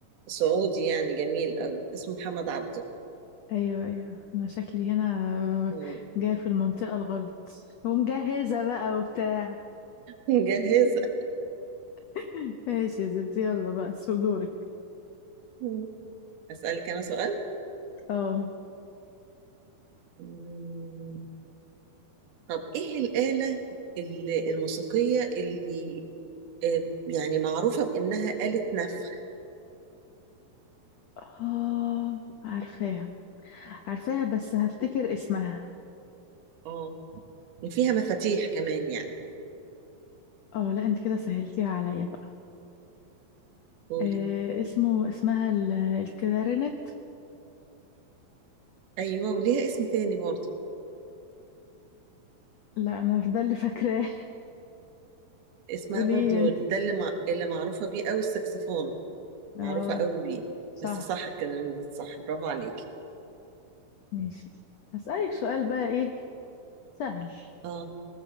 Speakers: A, on the right; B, on the left.
A: سعودي يعني جميل قوي اسمه محمد عبده
B: ايوه ايوه انا شكلي هنا
A: مم.
B: جاي في المنطقة الغلط ومجهزة بقى وبتاع
A: <laughs> مجهزة
B: <laughs> ماشي يا ستي يلا بقى سو دورك
A: مم. اسالك انا سؤال
B: اه
A: مم. طب ايه الآلة اللي- الموسيقية اللي آه، يعني معروفة بإنها آلة نفخ
B: اه عارفاها عارفاها بس هفتكر اسمها
A: اه فيها مفاتيح كمان يعني
B: اه لا انت كده سهلتيها عليا بقى
A: قولي
B: آه اسمه اسمها ال- الكلارينت
A: أيوة وليها اسم تاني برضو
B: لا انا ده اللي فاكراه
A: اسمها
B: <laughs> قوليه
A: برضو
B: انت
A: ده اللي, مع... اللي معروفة بيه أوي السكسفون معروفة
B: اه
A: أوي بيه
B: صح
A: بس صح كده صح برافو عليكي
B: ماشي هسألك سؤال بقى ايه سهل
A: اه